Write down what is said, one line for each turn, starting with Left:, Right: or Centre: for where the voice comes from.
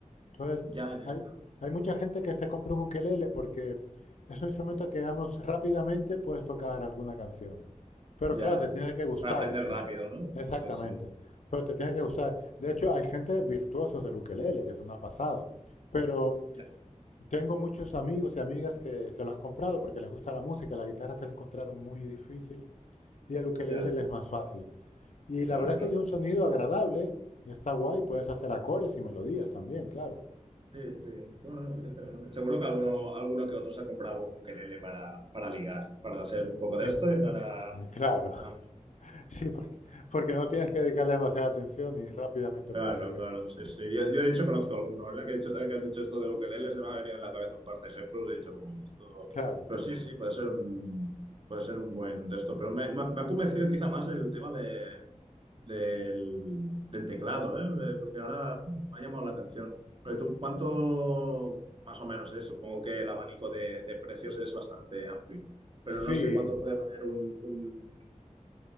Left: Entonces,
Right: Ya, ya,
Left: hay,
Right: ya.
Left: hay mucha gente que se compra un ukelele porque es un instrumento que, digamos, rápidamente puedes tocar alguna canción. Pero claro,
Right: Ya.
Left: te tiene que gustar
Right: Para aprender
Left: el son.
Right: rápido, ¿no?
Left: Exactamente.
Right: Sí, sí.
Left: Pero te tiene que gustar. De hecho, hay gente virtuosos del ukelele, que es una pasada. Pero
Right: Ya,
Left: tengo muchos amigos y amigas que se lo han comprado porque les gusta la música, la guitarra se la encontraron muy difícil y el ukelele
Right: ya.
Left: le es más fácil. Y la
Right: Claro,
Left: verdad es
Right: claro.
Left: que tiene un sonido agradable, está guay, puedes hacer acordes y melodías también, claro.
Right: Sí, sí. Bueno, no, pues qué interesante. Seguro que alguno, alguno que otro se ha comprado un ukelele para, para ligar, para hacer un poco de
Left: Eh,
Right: esto y para...
Left: claro, <laughs>
Right: para-
Left: sí, porque, porque no tienes que dedicarle demasiada atención y rápidamente
Right: Claro,
Left: puedes ligar.
Right: claro, sí, sí. Yo, yo, de hecho conozco alguno, ¿verdad? Que, he dicho- que has dicho esto del ukelele, se me ha venido en la cabeza un par de ejemplos y he dicho, uy, esto...
Left: Claro,
Right: Pero sí, sí, puede ser un, puede ser un buen de esto. Pero me, me ha me ha convencido quizá más el tema de... del, del teclado, ¿eh? Eh, Porque ahora me ha llamado la atención. Pero tú, ¿cuánto más o menos es? Supongo que el abanico de, de precios es bastante amplio, pero
Left: sí.
Right: no sé cuánto puede valer un, un,